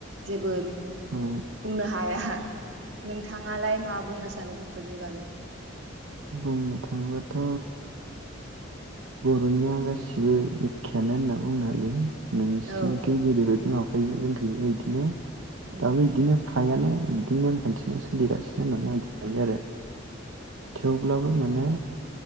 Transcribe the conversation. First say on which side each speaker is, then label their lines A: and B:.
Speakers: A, on the right (about 65°); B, on the right (about 80°).
A: जेबो
B: औ
A: बुंनो हाया। नोंथ थांङालाय मा बुंनो सानो बेफोरनि बागै?
B: बुंनो थाङोबाथ' बर'निया गासिबो एखेयानो होनना बुंनो हायो। नोंसिनिखि
A: औ
B: जेरैबायदि माबायो जों बि बायदिनो
A: उम
B: दाबो इदिनो फ्रायानो बिदिनो नेमखान्थिजों सोलिगासिनो होननानै आं बुंनो हायो आरो थेवब्लाबो माने